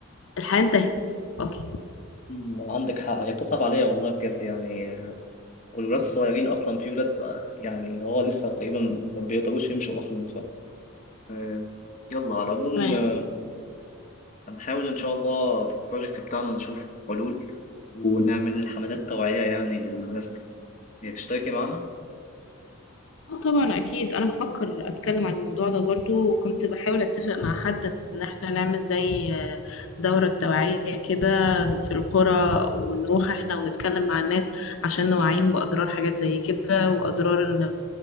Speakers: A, on the left; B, on the left.
A: الحياة انتهت أصلا
B: مم، عندك حق هي بتصعب عليا والله بجد يعني والولاد الصغيرين اصلا في ولاد آه، يعني اللي هو لسه تقريبا ما بيقدروش يمشوا اصلا ف آه، يلا على العموم
A: تمام
B: آه، هنحاول ان شاء الله في البروجكت بتاعنا نشوف حلول ونعمل حملات توعية يعني للناس دي هي تشتركي معانا
A: اه طبعا اكيد انا بفكر اتكلم عن الموضوع ده برضو وكنت بحاول اتفق مع حد ان احنا نعمل زي آه، دورة توعية كده في القرى ونروح احنا ونتكلم مع الناس عشان نوعيهم باضرار حاجات زي كده واضرار ان